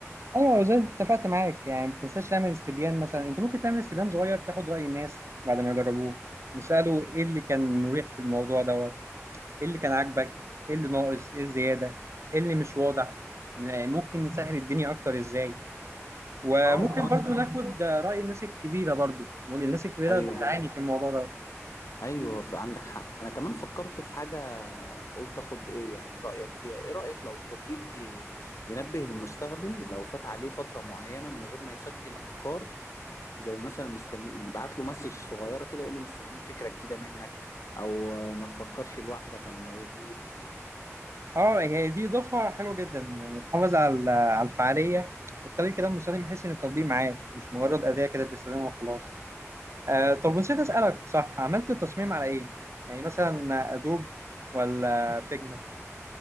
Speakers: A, on the right (about 60°); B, on the left (about 75°).
A: ايوه زي ما اتفقت معاك يعني ما تنساش تعمل استبيان مثلا انت ممكن تعمل استبيان صغير تاخد راي الناس بعد ما يجربوه نساله ايه اللي كان مريح في الموضوع دوت ايه اللي كان عاجبك ايه اللي ناقص ايه الزياده ايه اللي مش واضح آه، ممكن نسهل الدنيا اكتر ازاي وممكن
B: اه وكمان
A: برضو ناخد رأي الناس الكبيرة برضو الناس الكبيرة
B: ايوه
A: بتعاني في الموضوع ده
B: ايوه ف- عندك حق انا كمان فكرت في حاجه قلت اخد ايه يعني رايك فيها ايه رايك لو التطبيق ي- ينبه المستخدم لو فات عليه فتره معينه من غير ما يسجل افكار زي مثلا مستني يبعت له مسج صغيره كده يقول له مستنيين فكره جديده منك او ما تفكرش لوحدك انا موجود
A: اه هي دي إضافة حلوة جدا يعني تحافظ على على الفعالية وتخلي الكلام المستخدم يحس إن التطبيق معاه مش مجرد أداة كده بيستخدمها وخلاص آه طب نسيت أسألك صح عملت التصميم على إيه؟ يعني مثلا أدوب ولا فيجما؟